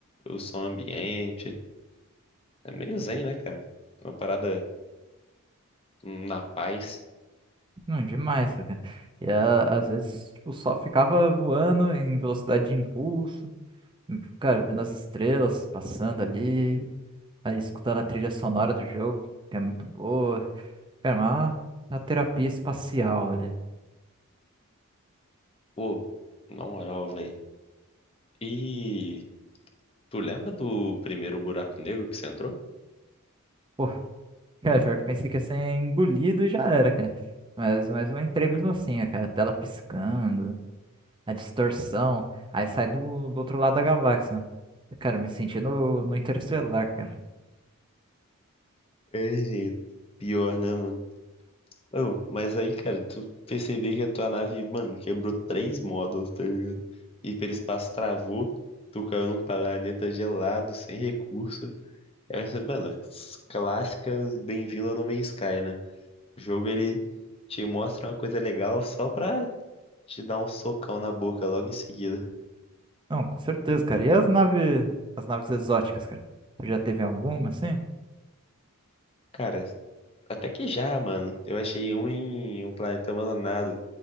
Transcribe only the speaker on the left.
o som ambiente. É meio zen, né, cara? Uma parada na paz.
Pô, na moral, velho. E tu lembra do primeiro buraco negro que você entrou?
É, gente, pior, né, mano? Ô, mas aí, cara, tu perceber que a tua nave, mano, quebrou três módulos, tá ligado? Hiperespaço travou, tu caiu num planeta gelado, sem recurso. Essas, mano, s- clássicas Bem-vindo ao No Man's Sky, né? O jogo, ele te mostra uma coisa legal só pra te dar um socão na boca logo em seguida.
Cara, até que já, mano. Eu achei um em um planeta abandonado,